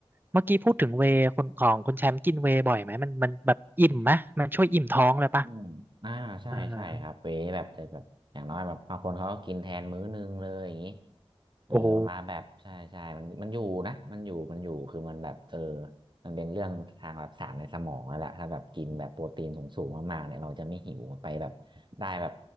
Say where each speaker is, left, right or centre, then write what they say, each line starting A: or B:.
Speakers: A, on the right; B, on the right.
A: เมื่อกี้พูดถึงเวย์คนของคุณแชมป์กินเวย์บ่อยไหมมันมันแบบอิ่มไหมมันช่วยอิ่มท้องเลยปะ
B: อืมอ่าใช่ใช่ครับเวแบบจะแบบอย่างน้อยแบบบางคนเขาก็กินแทนมื้อนึงเลยอย่างนี้
A: อ่า
B: เออมาแบบใช่ใช่มันมันอยู่นะมันอยู่มันอยู่คือมันแบบเออ
A: โอ้โห
B: มันเป็นเรื่องทางแบบสารในสมองนั่นแหละถ้าแบบกินแบบโปรตีนสูงๆมากๆเนี่ยเราจะไม่หิวไปแบบได้แบบ